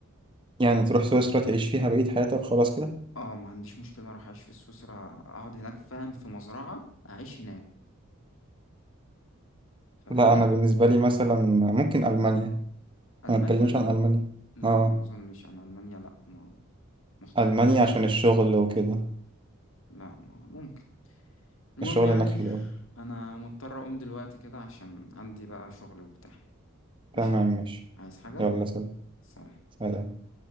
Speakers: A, on the right; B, on the left.
A: يعني تروح سويسرا تعيش فيها بقية حياتك خلاص كده
B: اه ما عنديش مشكله اروح اعيش في سويسرا اقعد هناك فاهم في مزرعه اعيش هناك فاهمني
A: لا انا بالنسبة لي مثلا ممكن ألمانيا أنا
B: المانيا
A: ما اتكلمش عن ألمانيا
B: لا
A: اه
B: ما اظنش عن المانيا لا ما ما اختارهاش
A: ألمانيا
B: بصراحه
A: عشان الشغل وكده
B: لا ما ممكن المهم
A: الشغل
B: يعني
A: هناك حلو
B: <laughs>
A: أوي
B: انا مضطر اقوم دلوقتي كده عشان عندي بقى شغل وبتاع ماشي
A: تمام ماشي
B: عايز حاجه
A: يلا سلام
B: سلام
A: سلام